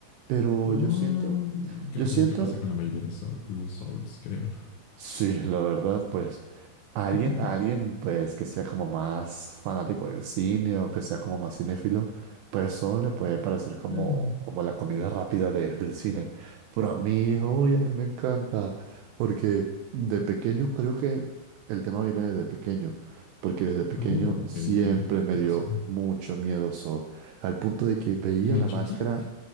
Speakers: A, on the right (about 80°); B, on the left (about 85°).
A: Pero
B: Oh,
A: yo siento,
B: creo
A: yo
B: que
A: siento,
B: eso que pasa con la mayoría de soul- los Souls, creo.
A: sí, la verdad, pues A alguien,
B: <laughs>
A: a alguien, pues, que sea como más fanático del cine o que sea como más cinéfilo, pues eso le puede parecer como,
B: Mm.
A: como la comida rápida de- del cine. Pero a mí, uy, a mí me encanta, porque de pequeño creo que el tema viene desde pequeño, porque desde pequeño
B: Oh, ok,
A: siempre
B: ok.
A: me
B: ¿Qué
A: dio
B: pasó?
A: mucho miedo eso, al punto de que veía
B: ¿Y no
A: la
B: Chucky?
A: máscara